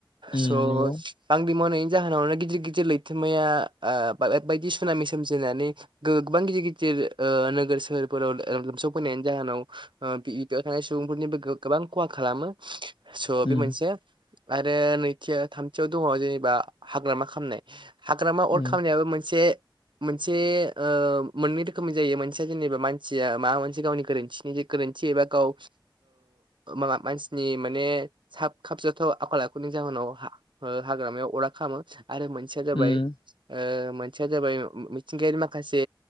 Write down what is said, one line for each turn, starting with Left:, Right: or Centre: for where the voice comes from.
Left: उम
Right: स'
Left: नंगौ
Right: बाग्रिं मावनायनि जाहोनावनो गिदिर गिदिर लैथोमाया बायदि सुनामि सोमजिनानै गोबां गिदिर गिदिर नो-ओ-नोगोर सोहोरफोराव ओ लोमसाव फैनायनि जाहोनाव ओ बियाव थानाय सुबुंफोरनिबो गोबां खहा खालामो। स'
Left: उम
Right: बे मोनसे आरो नैथि थामथियाव दङ जेनेबा हाग्रामा खामनाय हाग्रामा अर
Left: उम
Right: खामनायाबो मोनसे मोनसे ओ मोननै रोखोमनि जायो मोनसेया जेनेबा मानसिया मा मोनसे गावनि गोरोन्थिनि जे गोरोन थि एबा गाव माबा मानसिनि माने साब खाबजाथाव आखल आखुनि जाहोनाव हाग्रामायाव अरा खामो। आरो मोनसे या जाबाय
Left: उम
Right: ओ मोनसेया जाबाय मिथिंगायारि माखासे